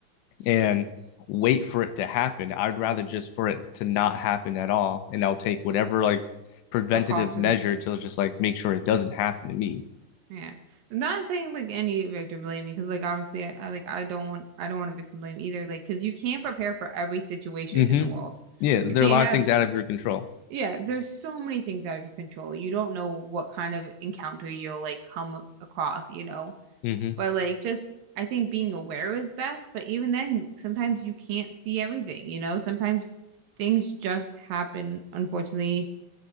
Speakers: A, on the left (about 80°); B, on the right (about 65°).
A: and wait for it to happen I'd rather just for it to not happen at all and I'll take whatever like preventative
B: precaution.
A: measure to just like make sure it doesn't happen to me.
B: Yeah, I'm not saying like any victim blaming because like obviously I, I like I don't want I don't want to victim blame either. Like because you can't prepare for every situation
A: Mm-hmm.
B: in the world.
A: Yeah,
B: You
A: there
B: can't
A: are a lot
B: have
A: of things out of your control.
B: yeah. There's so many things out of your control. You don't know what kind of encounter you'll like come across. You know,
A: hmm
B: But like just I think being aware is best, but even then sometimes you can't see everything, you know? Sometimes things just happen, unfortunately,